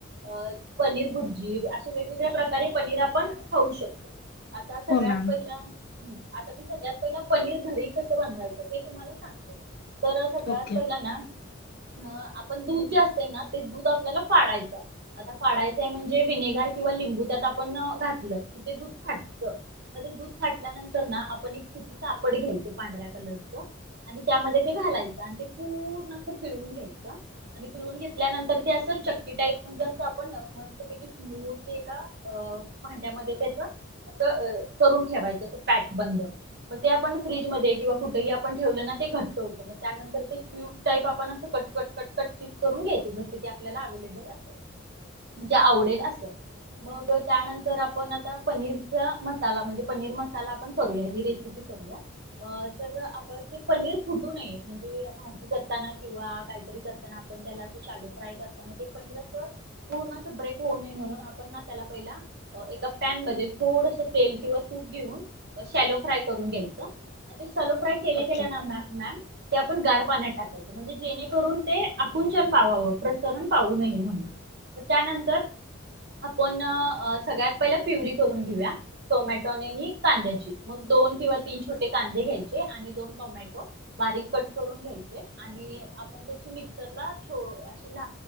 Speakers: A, on the right (about 55°); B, on the left (about 50°).
A: अ पनीर भुर्जी अशे वेगवेगळ्या प्रकारे पनीर आपण खाऊ शकतो. आता सगळ्यात
B: हो मॅम.
A: पहिलं हम्म, आता मी सगळ्यात पहिला पनीर घरी कसं बनवायचं हे तुम्हाला सांगते. तर सगळ्यात
B: ओके.
A: पहिलं ना आपण दूध जे असत ना ते दूध आपल्याला फाडायच. आता फाडायचंय म्हणजे विनेगर किंवा लिंबू त्यात आपण घातलं कि ते दूध फाटत. मते दूध फाटल्यानंतर ना आपण एक सुतीचापड घ्यायचं पांढऱ्या कलरच. आणि त्यामध्ये ते घालायचं आणि ते पूर्ण अस पिळून घ्यायचं. आणि पिळून घेतल्यानंतर ते असं च टाईप म्हणजे असं आपण मस्त पैकी स्मूथली एका अ भांड्यामध्ये त्याच असं करून ठेवायचं अस पॅक बंद. मग ते आपण फ्रीजमध्ये किंवा कुठेही आपण ठेवलं ना ते घट्ट होतं मग त्यानंतर ते क्यूब टाईप आपण असं cut, cut, cut, cut piece करून घ्यायचो जसं की आपल्याला अवलेबल असेल. म्हणजे आवडेल अस. मग त्यानंतर आपण आता पनीरचा मसाला म्हणजे पनीर मसाला आपण करूया ही रेसिपी करुया तर आपण ते पनिर फुटू नये म्हणजे ते करताना किंवा काहीतरी करताना आपण त्याला अस शालू फ्राय करताना ते पनीर अस पूर्ण अस ब्रेक होऊ नये म्हणून आपण ना त्याला पहिला एका पॅनमध्ये थोडस तेल किंवा तूप घेऊन शॅलो फ्राय करून घ्यायचं. आन ते शॅलो फ्राय केल्या,
B: ओके
A: केल्या ना मॅम ते आपण गार पाण्यात टाकायचं म्हणजे जेणेकरून ते आकुंचन पावाव प्रसरण पाहू नये म्हणून म त्यानंतर आपण सगळ्यात पहिले पिवरी करून घेऊया. टोमॅटो आणि आणि कांद्याची मग दोन किंवा तीन छोटे कांदे घ्यायचे आणि दोन टोमॅटो बारीक कट करून घ्यायचे आणि आपण त्याची मिक्सरला छो अशी ल